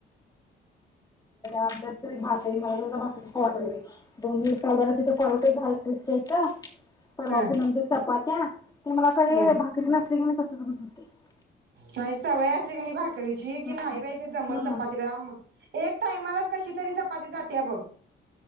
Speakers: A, on the left (about 20°); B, on the right (about 65°).
A: <unintelligible> महिस् <unintelligible> पटली दोन दिवस <unintelligible> तिथे परवट झाल टप <inaudible> परवा
B: ह
A: पुनमच्या चपात्या. ते मला <unintelligible>
B: ह
A: भाकरी नसत <unintelligible> <unintelligible>
B: नाही सवय असली कणी भाकरीची
A: मला
B: की नाही बाई ते जमत चपाती ला एक टायमाला कशी तरी चपाती जातेया बघ.